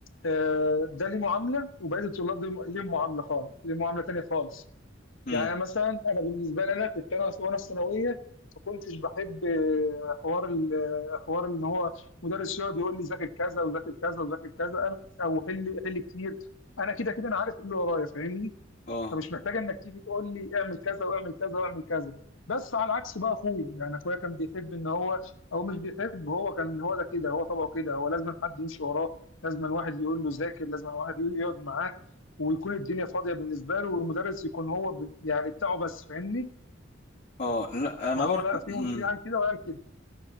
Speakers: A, on the left; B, on the left.
A: آه، ده ليه معامله وبقيه الطلاب دي ليهم معامله خالص ليه معامله تانيه خالص
B: امم
A: يعني مثلا انا بالنسبه لي انا كنت انا وانا في ثانويه ما كنتش بحب آه، حوار ال- آه، حوار ان هو مدرس يقعد يقول لي ذاكر كذا وذاكر كذا وذاكر كذا انا او حل حل كتير انا كده كده انا عارف ايه اللي ورايا فاهمني
B: اه
A: فمش محتاج انك تيجي تقول لي اعمل كذا واعمل كذا واعمل كذا بس على عكس بقى اخوي يعني اخويا كان بيحب ان هو او مش بيحب هو كان هو ده كده هو طبعه كده هو لازم حد يمشي وراه لازم واحد يقول له ذاكر لازم واحد يقعد معاك ويكون الدنيا فاضيه بالنسبه له والمدرس يكون هو ب- يعني بتاعه بس فاهمني
B: اه لا أنا
A: فهو
B: برضه
A: لا في
B: امم
A: في قال كده وقال كده